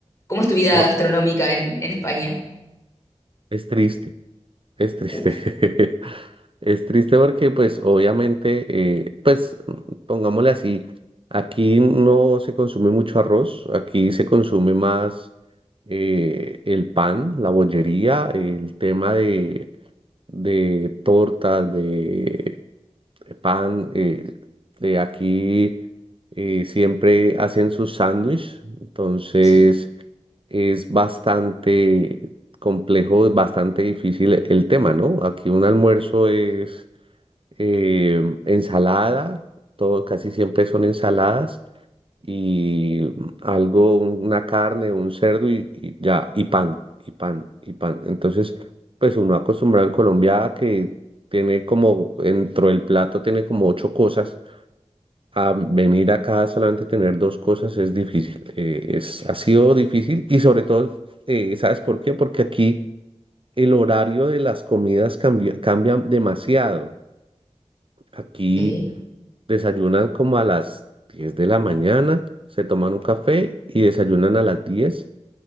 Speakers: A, on the left; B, on the right.
A: cómo es tu vida
B: No,
A: gastronómica en, en España?
B: es triste. Es triste.
A: Uf,
B: <laughs> Es triste porque, pues, obviamente, eh, pues, pongámosle así, aquí no se consume mucho arroz, aquí se consume más eh, el pan, la bollería, el tema de, de tortas, de pan. eh, de aquí eh, siempre hacen su sándwich, entonces
A: sí.
B: es bastante complejo, bastante difícil e- el tema, ¿no? Aquí un almuerzo es eh, ensalada, todo, casi siempre son ensaladas y algo, una carne, un cerdo y, y ya, y pan, y pan, y pan. Entonces, pues uno acostumbrado en Colombia a que tiene como, dentro del plato tiene como ocho cosas. A venir acá solamente tener dos cosas es difícil. eh, es, ha sido difícil y sobre todo, eh, ¿sabes por qué? Porque aquí el horario de las comidas cambia, cambia demasiado. Aquí
A: Ok,
B: Desayunan como a las 10 de la mañana, se toman un café y desayunan a las 10.